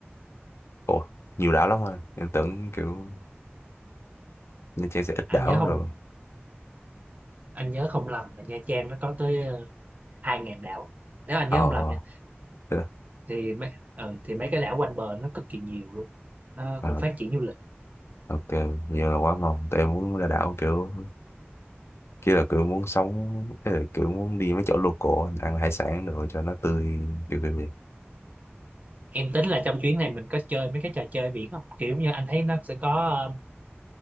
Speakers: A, on the left; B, on the right.
A: Ủa, nhiều đảo lắm hả? Em tưởng kiểu Nha Trang sẽ ít
B: anh
A: đảo
B: nhớ không
A: rồi.
B: anh nhớ không lầm là Nha Trang nó có tới ờ, hai ngàn đảo nếu anh
A: Ờ,
B: nhớ không lầm nha
A: thế
B: thì mấy ờ, thì mấy cái đảo quanh bờ nó cực kỳ nhiều luôn nó
A: à,
B: cũng phát triển du lịch
A: ok, nhiều là quá ngon. Tụi em muốn ra đảo kiểu, kia là kiểu muốn sống, thế là kiểu muốn đi mấy chỗ local, ăn hải sản rồi cho nó tươi, kiểu kiểu vậy.
B: em tính là trong chuyến này mình có chơi mấy cái trò chơi biển không kiểu như anh thấy nó sẽ có ờ,